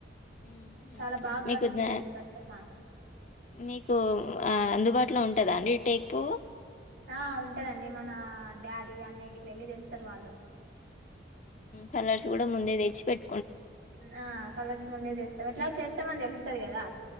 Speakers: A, on the left; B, on the right.
A: మ్మ్
B: చాలా బాగా
A: మీకు
B: కనిపిస్తది
A: ద
B: అండి బతుకమ్మ
A: మీకు ఆ అందుబాటులో ఉంటదా అండి టేక్ పువ్వు
B: ఆ ఉంటదండి మన డాడీ అన్నయ్య గిట్లా వెళ్ళితేస్తారు వాళ్ళు
A: కలర్స్ కూడా ముందే తెచ్చి పెట్
B: ఆ కలర్స్ ముందే తేస్తాం ఎట్లాగో చేస్ స్తామని తెలుస్తది కదా